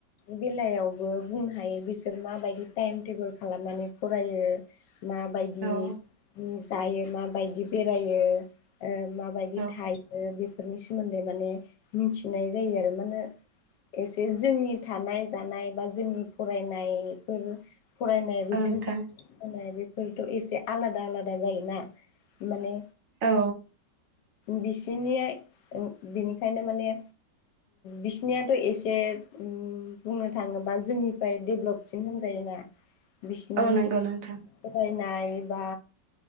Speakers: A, on the left; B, on the right.
A: बेलायावबो बुंनो हायो बिसोर माबायदि टाइम टेबोल खालामनानै फरायो माबायदि
B: औ
A: जायो माबायदि बेरायो ओ माबायदि
B: औ
A: थायो बेफोरनि सोमोन्दै माने मिथिनाय जायो आरो माने एसे जोंनि थानाय जानाय बा जोंनि फरायनायफोर फरायनाय <unintelligible>
B: औ नोंथां
A: बे फोरथ' एसे आलादा आलादा जायोना माने
B: औ
A: बिसिनि बिनिखायनो माने बिसिनिाथ' एसे बुंनो थाङोबा जोंनिफ्राय डेभलपसिन होनजायोना
B: <inaudible>
A: बिसिनि
B: नंगौ नोंथां
A: फरायनाय बा